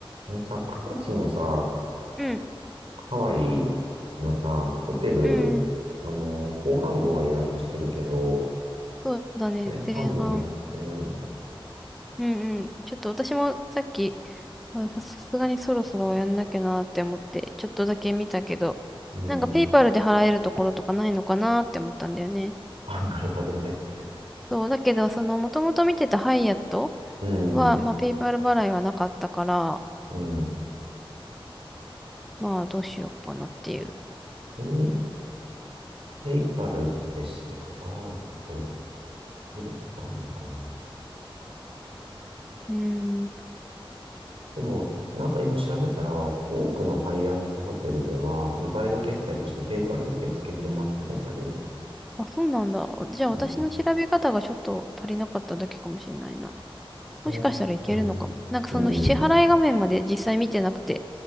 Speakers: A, on the right (about 80°); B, in the centre.
A: あのさ、9月のさ、
B: うん、
A: ハワイのさ、ホテル、
B: うん、
A: あの、後半分は予約してるけど、
B: そうだね、
A: 前半分予約してないよね。
B: 前半。うんうん。ちょっと私もさっき、あささすがにそろそろやんなきゃなって思って、ちょっとだけ見たけど、
A: うん。
B: なんかペイパルで払えるところとかないのかなって思ったんだよね。
A: <laughs> あ、なるほどね。
B: そう、だけど、その、もともと見てたハイアット
A: うん、
B: は、まあ、ペイパル払いはなかったから、
A: うん。
B: まあ、どうしようかなっていう。
A: 国、ペイパルで支払うこと、いるとかあるのかな。
B: うーん。
A: でも、なんか今調べたら、多くのハイアットホテルでは、モバイル決済としてペイパル受け付けてますって書いてあるよ。
B: あ、そうなんだ。じゃあ、私の調べ方がちょっと足りなかっただけかもしれないな。
A: うん。あ、
B: もしかしたらいけるのかも。
A: うん。
B: なんかその支払い画面まで実際見てなくて、
A: うん。